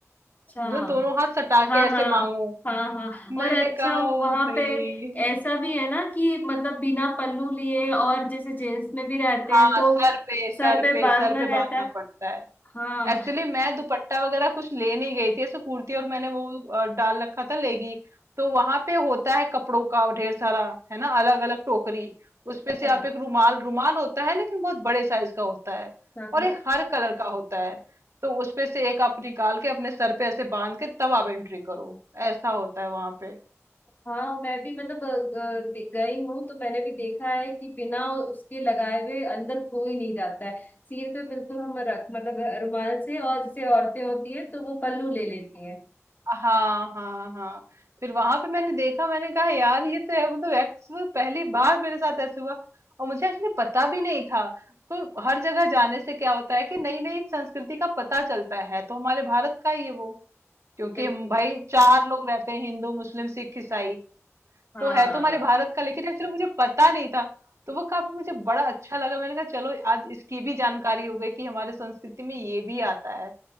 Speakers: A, on the left; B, on the right.
A: अच्छा
B: दो, दोनों हाथ सटा
A: हाँ
B: के ऐसे
A: हाँ
B: मांगो
A: हाँ हाँ और
B: मैंने
A: अच्छा
B: कहा ओ
A: वहां
B: भाई
A: पे ऐसा भी है ना कि मतलब बिना पल्लू लिए और जैसे जेंट्स में भी रहते हैं
B: हाँ
A: तो
B: सर पे सर
A: सर पे
B: पे
A: बांधना
B: सर पे
A: रहता
B: बांधना
A: है
B: पड़ता है
A: हाँ
B: एक्चुअली मैं दुपट्टा वगैरह कुछ ले नहीं गई थी ऐसे कुर्ती और मैंने वो अ, डाल रखा था लेगी तो वहां पे होता है कपड़ों का ढेर सारा है ना अलग अलग टोकरी उसपे
A: अच्छा
B: से आप एक रुमाल रुमाल होता है लेकिन बहुत बड़े साइज का होता है
A: हाँ
B: और
A: हाँ
B: ये हर कलर का होता है तो उसपे से एक आप निकाल के अपने सर पे ऐसे बांध के तब आप एंट्री करो ऐसा होता है वहां पे
A: हाँ मैं भी मतलब अ, अ, दे- गई हूँ तो मैंने भी देखा है कि बिना उसके लगाए हुए अंदर कोई नहीं जाता है सिर पे बिल्कुल हम रख मतलब रुमाल से और जैसे औरतें होती है तो वो पल्लू ले लेती हैं
B: हाँ हाँ हाँ फिर वहां पे मैंने देखा मैंने कहा यार ये तो है मतलब एक्चुअली पहली बार मेरे साथ ऐसे हुआ और मुझे एक्चुअली पता भी नहीं था तो हर जगह जाने से क्या होता है कि नई नई संस्कृति का पता चलता है तो हमारे भारत का ही है वो क्योंकि
A: बिल्कुल
B: हम भाई चार लोग रहते हैं हिंदू मुस्लिम सिख ईसाई
A: हाँ
B: तो है तो हमारे भारत का लेकिन एक्चुअली मुझे पता नहीं था तो वो काफी मुझे बड़ा अच्छा लगा मैंने कहा चलो आज इसकी भी जानकारी हो गई कि हमारे संस्कृति में ये भी आता है